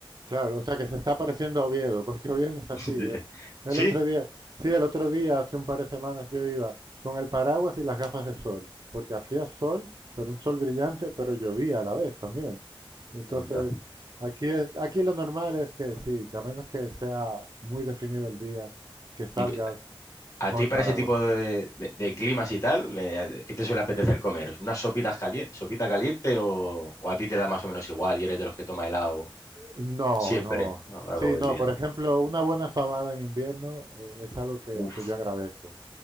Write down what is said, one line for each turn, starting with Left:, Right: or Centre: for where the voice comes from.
Right: Claro, o sea que se está pareciendo a Oviedo, porque Oviedo es así.
Left: <laughs>
Right: ¿eh? El
Left: Sí,
Right: otro día, sí, el otro día, hace un par de semanas, yo iba con el paraguas y las gafas de sol, porque hacía sol, pero un sol brillante, pero llovía a la vez también. Entonces,
Left: Anda.
Right: aquí es, aquí lo normal es que sí, que a menos que sea muy definido el día, que salgas
Left: ¿Y, ¿A
Right: con
Left: ti
Right: el
Left: para
Right: paraguas.
Left: ese tipo de, de- de climas y tal, le- qué te suele apetecer comer? ¿Unas sopitas calientes, sopita caliente o, o a ti te da más o menos igual y eres de los que toma helado
Right: No,
Left: siempre
Right: no.
Left: a lo largo
Right: Sí,
Left: del
Right: no,
Left: día?
Right: por ejemplo, una buena fabada en invierno eh, es algo que,
Left: Uf,
Right: que yo agradezco,